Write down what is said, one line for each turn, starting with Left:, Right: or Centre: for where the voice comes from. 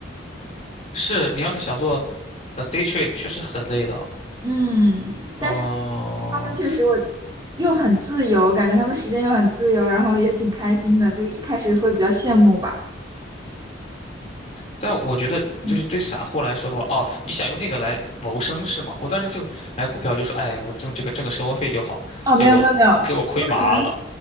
Left: 是你要是想做呃 day trade，确实很累的。
Right: 嗯，
Left: 嗯，
Right: 他们确实我又很自由，感觉他们时间又很自由，然后也挺开心的，就一开始会比较羡慕吧。
Left: 但我觉得就是对散户来说的话，
Right: 嗯，
Left: 哦，你想用那个来谋生是吗？我当时就买股票就说，哎，我用这个挣个生活费就好，
Right: 哦，
Left: 结果给我亏麻了。
Right: 没有没有没有，我可能